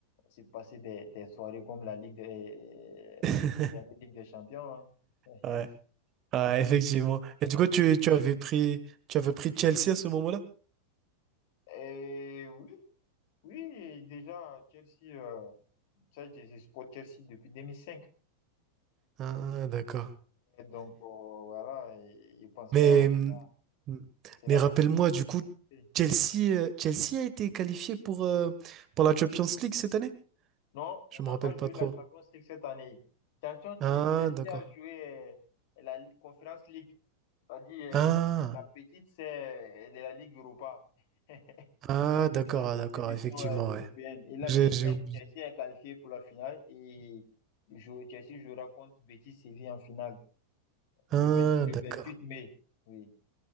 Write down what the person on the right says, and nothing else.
<laughs>
Ouais, ouais,
effectivement.
Et
du coup, tu, tu avais pris, tu avais pris Chelsea à ce moment-là?
Ah, d'accord.
Mais,
hum,
mais rappelle-moi,
du coup,
Chelsea, euh, Chelsea a été qualifié pour, euh, pour la Champions League cette année?
Je
me rappelle
pas
trop.
Ah,
d'accord.
Ah,
ah,
d'accord, ah,
d'accord, effectivement,
ouais.
J'ai,
j'ai oublié.
Ah,
d'accord.